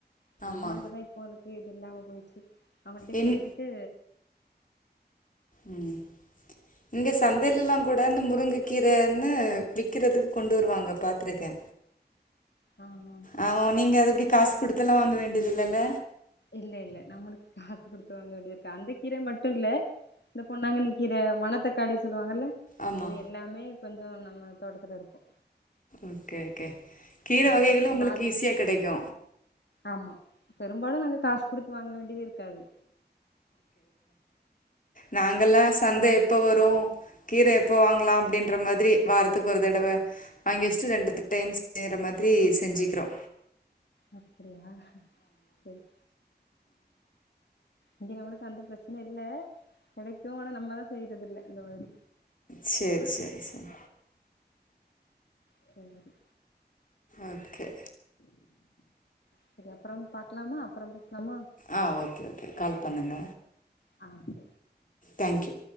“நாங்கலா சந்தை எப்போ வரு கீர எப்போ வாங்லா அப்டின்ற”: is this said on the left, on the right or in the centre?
Left